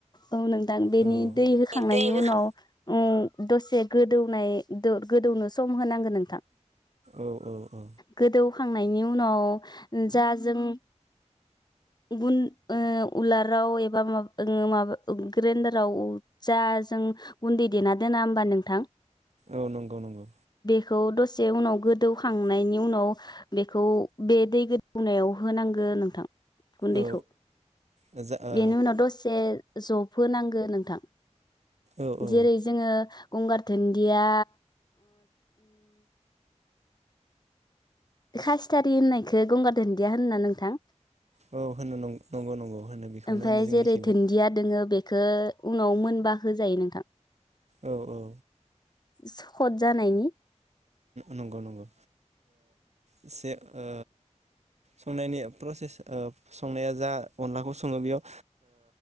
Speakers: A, on the left; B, on the right.
A: औ नोंथां बेनि
B: औ
A: दै होखांनायनि
B: दै होखा
A: उनाव उम दसे गोदौनाय गोदौनो सम होनांगोन नोंथां
B: औ औ औ
A: गोदौ होखांनायनि उनाव जा जों ओ उलाराव ओ मा-माबा ग्रेनदाराव जा जों गुनदै देनां दोना होनबा नोंथां
B: औ नंगौ नंगौ
A: बेखौ दसे उनाव गोदौखांनायनि उनाव बेखौ बे दै गोदौनायाव होनांगौ नोंथां गुन्दैखौ
B: औ औ जा ओ
A: बेनि उनाव दसे जफ हो नांगौ नोंथां
B: ओ औ
A: जेरै जोङो गंगार धोनदिया खासिथारि होननायखौ गंगार दोनदिया होनो ना नोंथां।
B: औ होनो नंगौ नंगौ होनो बेखौनो
A: ओमफाय
B: होनो जोंनिखिबो
A: जेरै दुन्दिया दोङो बेखौ उनाव मोनबा होजायो नोंथां
B: औ औ
A: सथ जानायनि
B: नंगौ नंगौ एसे ओ संनायनि प्रसेस ओ संनाया जा अनलाखौ सङो बेयाव